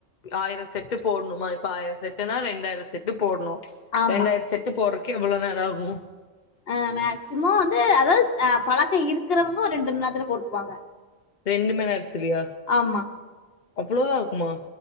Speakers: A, on the left (about 50°); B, on the left (about 65°).
A: ஆயிரோ செட்டு போட்ணுமா இப்ப ஆயிர செட்டுனா ரெண்டாயிர செட்டு போட்ணு
B: ஆமா
A: ரெண்டாயிரம செட்டு போறக்கே எவ்ளோ நேர ஆகு
B: அ மேக்சிமம் வந்து அதாவ்து அ பழக்க இருக்கிறவங்க ஒரு ரெண்டு மண் நேரத்துல போட்ருவாங்க
A: ரெண்டு மண் நேரத்துலையா
B: ஆமா
A: அவ்ளோதா ஆக்குமா